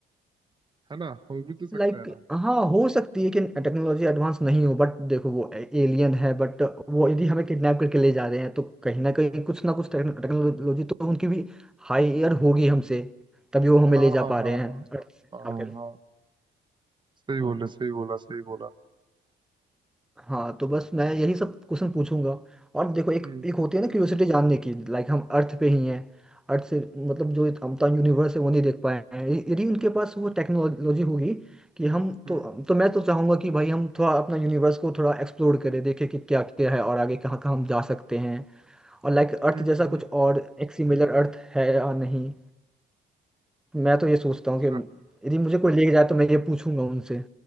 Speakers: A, on the right (about 25°); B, in the centre.
A: है ना हो भी तो
B: लाइक
A: सकता है ना
B: हाँ हो सकती है कि टेक्नोलॉजी एडवांस नहीं हो बट देखो वो एलियन है बट वो यदि हमें किडनैप करके ले जा रहे हैं तो कहीं ना कहीं
A: हम्म
B: कुछ ना कुछ टेक्नोलॉजी तो उनकी भी हायर होगी हमसे तभी वो हमें
A: हाँ
B: ले
A: हाँ
B: जा पा
A: हाँ
B: रहे हैं
A: हाँ हाँ
B: Earth से
A: हाँ
B: उठाकर।
A: हाँ सही बोला सही बोला सही बोला
B: हाँ तो बस मैं यही सब क्वेश्चन पूछूंगा और देखो एक
A: हम्म
B: एक होती है ना क्यूरियोसिटी जानने की लाइक हम अर्थ पे ही हैं अर्थ से मतलब जो हम तो यूनिवर्स है वो नहीं देख पाए हैं य- यदि उनके पास वो टेक्नोलॉजी होगी कि हम
A: हम्म
B: तो तो मैं तो चाहूंगा कि भाई हम थोड़ा अपना यूनिवर्स को थोड़ा एक्सप्लोर करें देखें कि क्या क्या है और आगे कहाँ कहाँ हम जा सकते हैं और लाइक अर्थ
A: हम्म हम्म
B: जैसा
A: हम्म।
B: कुछ और एक सिमिलर अर्थ है या नहीं मैं तो ये सोचता
A: अच्छा
B: हूँ कि यदि मुझे कोई लेके जाए तो मैं ये पूछूंगा उनसे